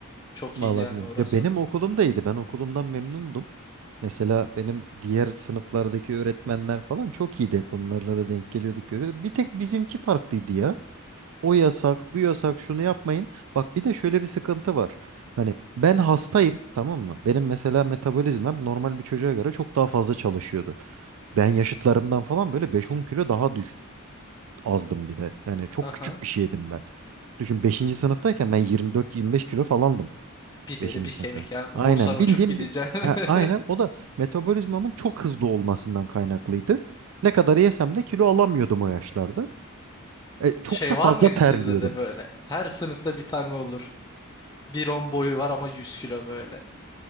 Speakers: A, on the left (about 20°); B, on the right (about 75°).
A: Çok
B: Vallahi
A: iyiydi yani
B: bilmiyorum.
A: orası.
B: Ya benim okulum da Ben okulumdan memnundum. Mesela benim diğer sınıflardaki öğretmenler falan çok iyiydi. Hep onlarla da denk geliyorduk, görüyorduk. Bir tek bizimki farklıydı ya. O yasak, bu yasak, şunu yapmayın. Bak bir de şöyle bir sıkıntı var. Hani ben hastayım, tamam mı? Benim mesela metabolizmam normal bir çocuğa göre çok daha fazla çalışıyordu. Ben yaşıtlarımdan falan böyle beş on kilo daha düş azdım bir de. Yani çok
A: Aha.
B: küçük bir şeydim ben. Düşün beşinci sınıftayken ben 24-25 kilo falandım.
A: Bir deri
B: Beşinci
A: bir
B: sınıfta.
A: kemik ya. Vursan
B: Aynen
A: uçup
B: bildiğim
A: gideceksin.
B: bir ha, aynen
A: <laughs>
B: o da metabolizmamın çok hızlı olmasından kaynaklıydı. Ne kadar yesem de kilo alamıyordum o yaşlarda. E, çok
A: Şey
B: da fazla
A: var mıydı
B: terliyordum.
A: sizde de böyle? Her sınıfta bir tane olur. Bir on boyu var ama 100 kilo böyle.